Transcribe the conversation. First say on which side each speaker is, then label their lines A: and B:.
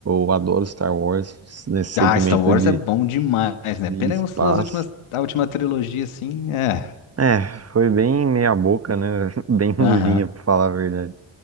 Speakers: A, on the right; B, on the left.
A: eu adoro Star Wars nesse segmento
B: Ah, Star Wars
A: de,
B: é bom demais, né?
A: de
B: Pena
A: espaço.
B: que as suas últimas, a última trilogia, assim, é.
A: É, foi bem meia boca, né? <laughs> Bem ruimzinha,
B: Aham.
A: pra falar a verdade.